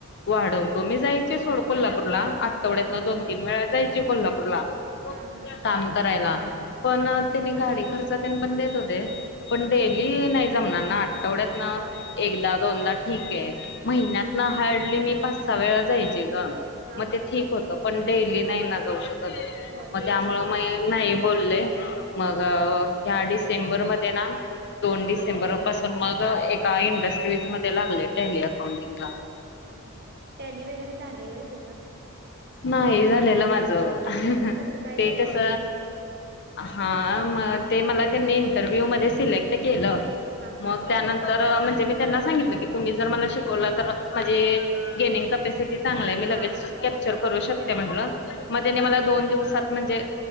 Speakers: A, on the left; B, on the right.
A: वाढव मी जायचे सोड कोल्हापूरला. आठवड्यात
B: हा
A: दोन तीन वेळा जायचे कोल्हापूरला.
B: हा हा
A: काम करायला. पण त्यांनी गाडी खर्च त्येन पण देत होते. पण
B: हा
A: डेली नाही जमणार ना. आठवड्यात न
B: होय
A: एकदा दोनदा ठीके. महिन्यात ना हार्डली मी पाच सहा वेळा जायचे ग.
B: हा
A: म
B: हा
A: ते ठीक होत. पण डेली नाही ना जाऊ शकत.
B: होय
A: म
B: डेली
A: त्यामुळे
B: नाही
A: मी नाही बोलले. मग
B: हा
A: ह्या डिसेंबर मध्ये ना दोन डिसेंबर पासून मग एका इंडस्ट्रीज मध्ये लागले. टेली अकाउंटिंग ला.
B: हा हा. टॅली वगैरे झालंय होय तुझं?
A: नाही झालेलं माझं.
B: मग कसं काय
A: ते
B: केलंस?
A: कस हा म ते मला त्यांनी इंटरव्ह्यू मध्ये सिलेक्ट केलं.
B: हा हा
A: मग त्यानंतर, म्हणजे मी त्यांना सांगितलं की तुम्ही जर मला शीक वलतर माझी घेनेम कपॅसिटी चांगलंय. मी लगेच
B: हा
A: कॅप्चर करू शकते
B: कॅप्चर
A: म्हणल.
B: हा
A: म तेनी मला दोन दिवसात म्हणजे,